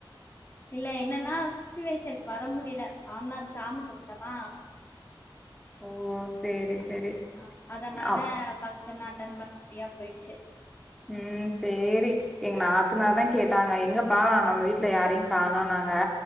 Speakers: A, on the left (about 25°); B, in the centre.
A: இல்ல என்னன்னா சுச்சுவேஷன் வர முடில மாமனாருக்கு சாமி கும்ட்டமா
B: ஓ சேரி
A: ஆ
B: சேரி
A: அதனால
B: ஆம்
A: ஃபங்க்ஷன் அட்டன் பண்ண முடியாம போயிட்டு செர்
B: ம் செரி எங்க நாத்தனார்தான் கேட்டாங்க எங்கப்ப நம்ம வீட்டுல யாரையும் காணோ நாங்க